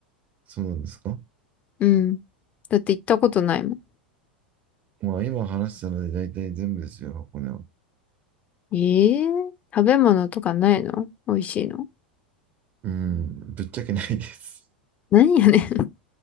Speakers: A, on the right (about 30°); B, on the left (about 30°).
A: そうなんですか
B: うん。だって行ったことないも
A: まあ、今話したので大体全部ですよ、箱根は。
B: ん。ええ食べ物とかないの美味しいの。
A: うん、ぶっちゃけないです。
B: 何やねん。